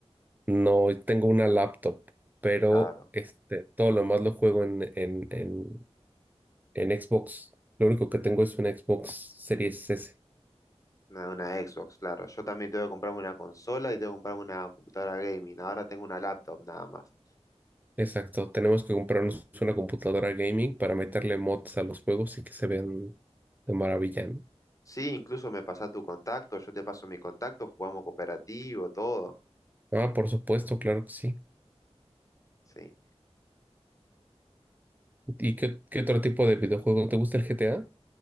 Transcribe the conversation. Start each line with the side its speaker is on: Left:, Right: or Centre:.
Right: No tengo una laptop, pero
Left: Claro.
Right: este, todo lo más lo juego en, en, en, en Xbox. Lo único que tengo es una Xbox Series S.
Left: Una, una Xbox, claro. Yo también tengo que comprarme una consola y tengo que comprarme una computadora gaming. Ahora tengo una laptop nada más.
Right: Exacto, tenemos que comprarnos una computadora gaming para meterle mods a los juegos y que se vean de maravilla, ¿no?
Left: Sí, incluso me pasás tu contacto, yo te paso mi contacto, jugamos cooperativo, todo.
Right: Ah, por supuesto, claro que sí.
Left: Sí.
Right: ¿Y qué, qué otro tipo de videojuego te gusta el GTA?